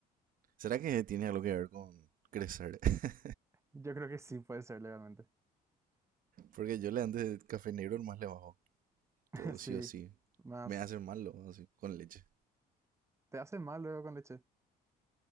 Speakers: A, on the right; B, on the right.
A: ¿Será que tiene algo que ver con crecer? <laughs>
B: Yo creo que sí puede ser legalmente.
A: Porque yo le antes de café negro más le bajo.
B: <laughs>
A: Todo
B: Sí,
A: sí o sí.
B: más...
A: Me hace malo, así, con leche.
B: ¿Te hace mal luego con leche?